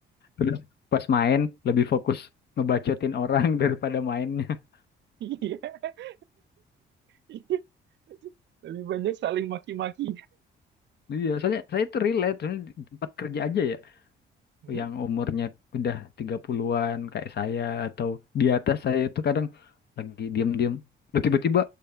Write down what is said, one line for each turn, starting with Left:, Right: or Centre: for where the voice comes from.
Left: Terus pas main lebih fokus ngebacotin orang <laughs> daripada mainnya.
Right: Iya. <laughs> Iya. Lebih banyak saling maki-maki.
Left: Iya, soalnya saya itu relate soalnya di tempat kerja aja ya
Right: Hmm?
Left: yang umurnya udah 30-an kayak saya atau di atas saya itu kadang lagi diem-diem Loh, tiba-tiba